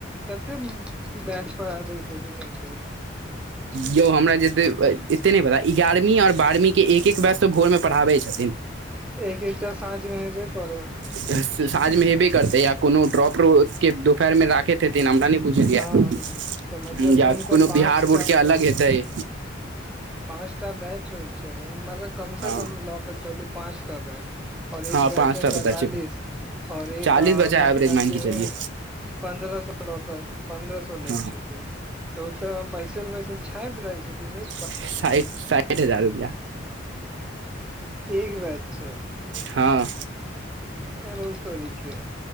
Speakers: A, in the centre; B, on the right.
A: कत्ते बैच पढ़ा दैत हेथिन एक दिन में?
B: यौ हमरा जे एते एत्ते नै पता एगारमीं और बारमीं के एक एक बैच तऽ भोर में। पढ़ाबै छथिन।
A: एक - एकटा साँझ में एबे करत।
B: साँझ में हेबे करतै या कोनो ड्रॉपरो के दुपहर में राखै त हेथिन हमरा नै बुझल
A: हँ
B: ये हम्म
A: तऽ मतलब
B: जाक
A: गिन
B: कोनो
A: कऽ पाँच
B: केतय?
A: पाँसटा बैच होइ छै मलऽ कम स
B: हँ
A: कम लऽ कऽ चलू पाँस टा बैच। औ
B: हँ
A: एक बैच
B: पाँच
A: में
B: टा
A: पैंतालिस
B: पता छै
A: और एक
B: चालीस
A: आ
B: बचा
A: बच्चा
B: एवरेज मान
A: के
B: चलियए
A: पन्द्रह सौ लऽ कऽ पन्द्रह सौ लै
B: हँ
A: छथिन। तऽ ओ तऽ बैसल-बैसल छापि दै छथिन ने।
B: साइठ -साइठ हजार रुपया।
A: एक वैज छ
B: हँ।
A: अरौ तोरि के।